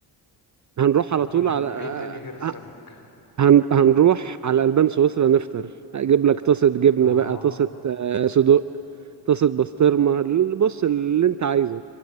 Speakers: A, on the right (about 35°); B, on the left (about 45°).
A: هنروح على
B: طب قول
A: طول
B: لي
A: على آه،
B: ايه تاني غير السمك
A: آه، هن... هنروح على البان سويسرا نفطر اجيب لك طاسة جبنة
B: اه
A: بقى طاسة آه، صدوق طاسة بسطرمة بص اللي انت عايزه